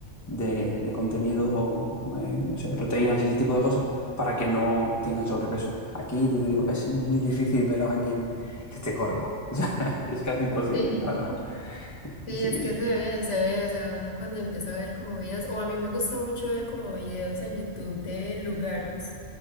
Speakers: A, on the left (about 15°); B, on the left (about 75°).
A: de, de contenido, eh, no sé, de proteínas y ese tipo de cosas, para que no tengan sobrepeso. Aquí, te digo, es muy difícil ver a alguien que esté gordo. <laughs> Es casi imposible,
B: Sí.
A: la verdad.
B: Sí,
A: Y sí,
B: es que se ve, se ve, o sea, uno cuando empieza a ver como videos, o a mí me gusta mucho ver como videos en YouTube de lugares